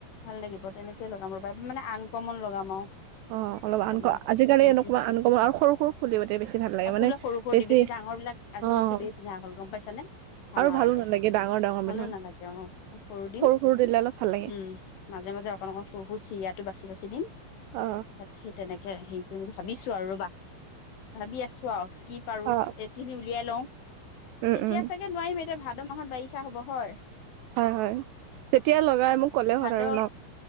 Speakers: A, on the left; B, on the right.
A: ভাল লাগিব তেনেকয়ে লগাম ৰ'বা, মানে আনকমন লগাম আৰু।
B: অ', অলপ
A: অকমান
B: আনকমন, আজিকালি
A: উম
B: এনেকুৱা
A: উম
B: আনকমন আৰু সৰু -সৰু ফুল দিৱ, তেতিয়া বেছি ভাল লাগে,
A: অ ফুলে
B: মানে
A: সৰু সৰু
B: বেছি
A: দিম ডাঙৰ বিলাক আজিকালি
B: অ
A: চবেই পিন্ধা হ'ল, গম পাইছানে? ভাল
B: আৰু
A: নালাগে,
B: ভালো ডাঙৰ ডাঙৰ
A: ভালো
B: বিলাক
A: নালাগে অ', অ' সৰু দিম,
B: সৰু দিলে অলপ ভাল লাগে
A: উম। মাজে মাজে, অকণ অকণ, সৰু সৰু, চিৰিয়াটো বাচি বাচি, দিম।
B: অ
A: তাত সেই তেনেকে হেৰি কৰিম বুলি ভাবিছো আৰু ৰবা। ভাবি আছো আৰু কি পাৰো
B: অ
A: এইখিনি উলিয়াই লওঁ।
B: উম
A: এতিয়া
B: উম
A: চাগে নোৱাৰিম এতিয়া ভাদ মাহত বাৰিষা হব হয়।
B: হয় হয়, যেতিয়া লগাই মোক ক'লে
A: ভাদ
B: হ'ল আৰু ন?